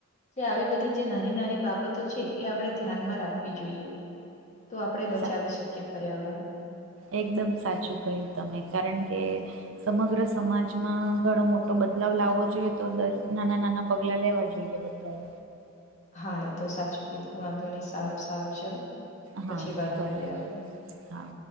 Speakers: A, on the left; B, on the right.
A: કે આવી બધી જે નાની નાની બાબતો છે એ આપણે ધ્યાનમાં રાખવી જોઈએ. તો આપડે બચાવી
B: છે
A: શકીએ પર્યાવરણ.
B: એકદમ સાચું કહ્યું તમે કારણ કે. સમગ્ર સમાજમાં ઘણો મોટો બદલાવ લાવવો જોઈએ તો દરેક નાના નાના. પગલાં લેવાં જોઈએ બધાએ.
A: હા એ તો સાચું કીધું વાંધો નહી સારું સારું ચલો
B: હા
A: પછી
B: હા
A: વાત કરીએ
B: ભલે
A: આપડે.
B: હા